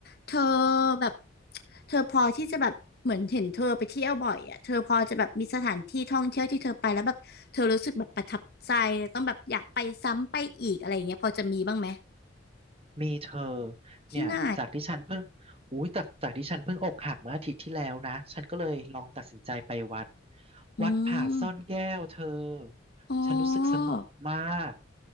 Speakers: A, on the left; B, on the right.
A: เธอแบบเธอพอที่จะแบบเหมือนเห็นเธอไปเที่ยวบ่อยอ่ะเธอพอจะแบบมีสถานที่ท่องเที่ยวที่เธอไปแล้วแบบเธอรู้สึกแบบประทับใจต้องแบบอยากไปซ้ำไปอีกอะไรอย่างเงี้ยพอจะมีบ้างไหม
B: มีเธอ
A: ที่ไหน
B: เนี่ยจากที่ฉันเพิ่งอุ้ยจากจากที่ฉันเพิ่งอกหักเมื่ออาทิตย์ที่แล้วนะฉันก็เลยลองตัดสินใจไปวัด
A: อืม
B: วัดผาซ่อนแก้วเธอ
A: อ๋อ
B: ฉันรู้สึกสงบมาก